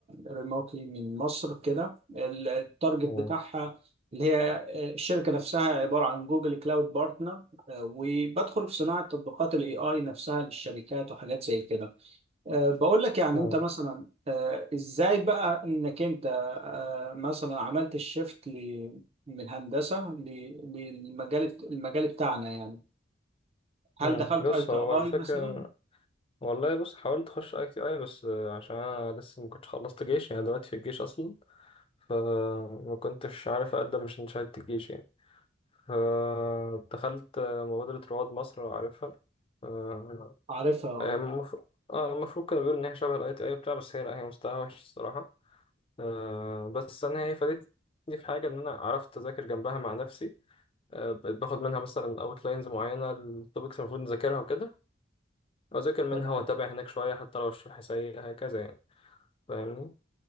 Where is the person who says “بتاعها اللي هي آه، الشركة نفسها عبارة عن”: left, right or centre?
Right